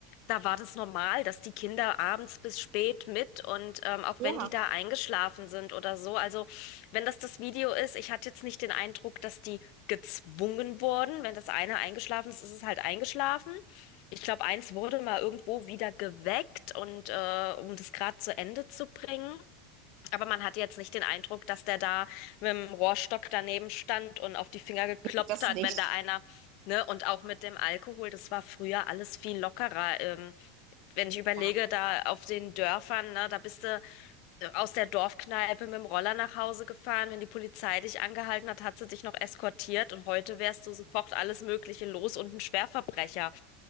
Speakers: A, on the left; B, on the right.
A: Da war das normal, dass die Kinder abends bis spät mit und ähm, auch
B: Ja.
A: wenn die da eingeschlafen sind oder so. Also wenn das das Video ist, ich hatte jetzt nicht den Eindruck, dass die gezwungen wurden. Wenn das eine eingeschlafen ist, ist es halt eingeschlafen. Ich glaube, eins wurde mal irgendwo wieder geweckt und äh, um das gerade zu Ende zu bringen. Aber man hatte jetzt nicht den Eindruck, dass der da mit dem Rohrstock daneben stand und auf die Finger geklopft
B: Das
A: hat,
B: nicht.
A: wenn da einer, ne, und auch mit dem Alkohol, das war früher alles viel lockerer. Ähm, wenn ich überlege,
B: Ja.
A: da auf den Dörfern, ne, da bist du äh, aus der Dorfkneipe mit dem Roller nach Hause gefahren. Wenn die Polizei dich angehalten hat, hat sie dich noch eskortiert und heute wärst du sofort alles Mögliche los und ein Schwerverbrecher.